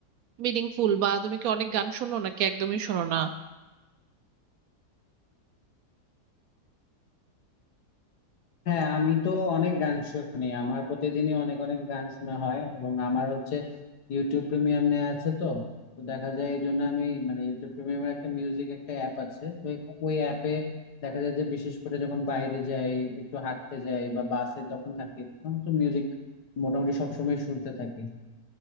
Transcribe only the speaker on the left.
হ্যাঁ আমি তো অনেক গান শুনি আমার প্রতিদিনই অনেক অনেক গান শোনা হয় এবং আমার হচ্ছে ইউটিউব প্রিমিয়াম নেওয়া আছে তো তো দেখা যায় এই জন্য আমি মানে ইউটিউব প্রিমিয়ামের একটা মিউজিক একটা অ্যাপ আছে তো এই- ওই অ্যাপে দেখা যায় যে বিশেষ করে যখন বাইরে যাই একটু হাঁটতে যাই বা বাসে তখন থাকি তখন তো মিউজিক মোটামুটি সবসময় শুনতে থাকি